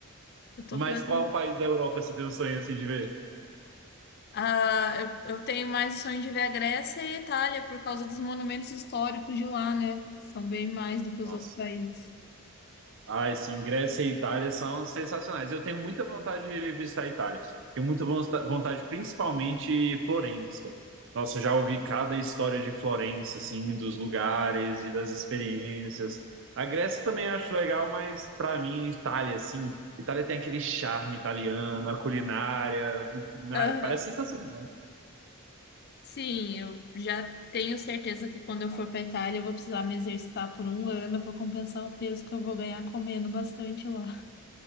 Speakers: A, on the left; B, on the right.
A: Eu tô
B: Mas
A: planejando.
B: qual país da Europa você tem um sonho assim de ver?
A: Ah, eu, eu tenho mais o sonho de ver a Grécia e a Itália por causa dos monumentos históricos de lá, né? São bem mais do que os
B: Nossa.
A: outros países.
B: Ai, sim, Grécia e Itália são sensacionais. Eu tenho muita vontade de visitar a Itália. Tenho muita vonta- vontade, principalmente Florença. Nossa, eu já ouvi cada história de Florença, assim, dos lugares e das experiências. A Grécia também acho legal, mas para mim, Itália, assim, Itália tem aquele charme italiano, a culinária, na-
A: Aham.
B: parece sensacional.
A: Sim, eu já tenho certeza que quando eu for para Itália eu vou precisar me exercitar por um ano para compensar o peso que eu vou ganhar comendo bastante lá.